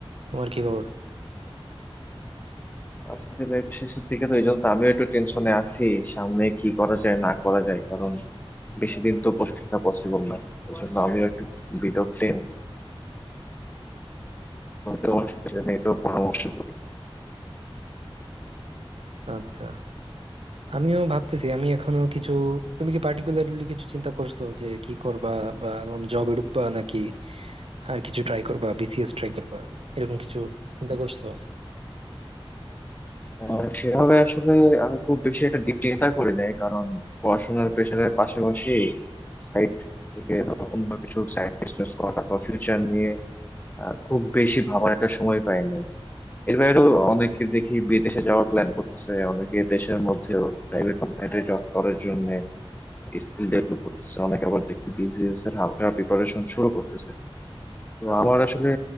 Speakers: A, on the right; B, on the left.
A: তোমার কি খবর
B: ভার্সিটি লাইফের শেষের দিকে তো এই জন্য তো আমিও একটু টেনশনে আছি সামনে কি করা যায় না করা যায় কারণ বেশি দিন তো বসে থাকা পসিবল না এই জন্য আমিও একটু বিট অফ টেন্স তোমার সাথে এটা নিয়ে একটু পরামর্শ করি।
A: আচ্ছা আমিও ভাবতেছি আমি এখনো কিছু তুমি কি পার্টিকুলারলি কিছু চিন্তা করছো যে কি করবা বা কোন জবে ঢুকবা নাকি আর কিছু ট্রাই করবা বিসিএস ট্রাই করবা এরকম কিছু চিন্তা করছো
B: আহ, সেভাবে আসলে আমি খুব বেশি একটা deep চিন্তা করি নাই কারণ পড়াশোনার প্রেশারের পাশাপাশি সাইড থেকে ধরো অন্য কিছু সাইড বিজনেস করা বা ফিউচার নিয়ে আহ, খুব বেশি ভাবার একটা সময় পাই নাই এর বাইরেও অনেকে দেখি বিদেশে যাওয়ার প্ল্যান করতেছে অনেকে দেশের মধ্যেও প্রাইভেট কোম্পানিতে জব করার জন্য স্কিল ডেভেলপ করতেছে অনেকে আবার দেখি বিসিএস এর হালকা প্রিপারেশন শুরু করতেছে তো আমার আসলে